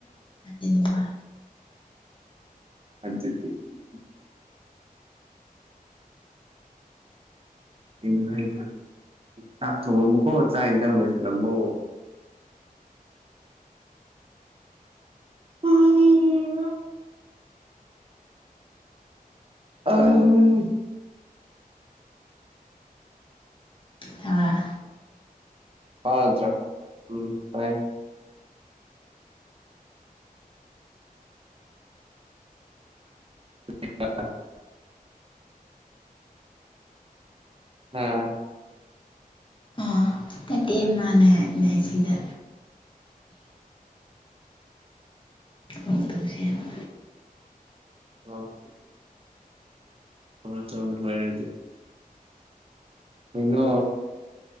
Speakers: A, on the left; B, on the right.
A: <unintelligible>
B: <unintelligible> ꯑꯩꯅ ꯍꯥꯏꯗ꯭ꯔꯥ ꯆꯥꯛ ꯊꯣꯡꯉꯝꯃꯣꯀꯣ ꯆꯥꯛ ꯌꯦꯟꯁꯥꯡ ꯂꯣꯏꯁꯜꯂꯝꯃꯣ <unintelligible> ꯑꯝ
A: ꯊꯔꯥ
B: ꯍꯠꯇ꯭ꯔꯥ ꯎꯝ ꯇꯥꯏ <unintelligible> ꯎꯝ
A: ꯑꯥ ꯅꯠꯇꯦ ꯃꯥꯥꯟꯅ ꯍꯥꯏꯅ ꯁꯤꯗ ꯀꯣꯜ ꯇꯧꯁꯦ ꯍꯥꯏꯕ
B: ꯑ ꯍ ꯇꯧꯅꯨꯡꯣꯏꯔ ꯍꯥꯏ ꯑꯗꯨ ꯍꯩꯅꯣ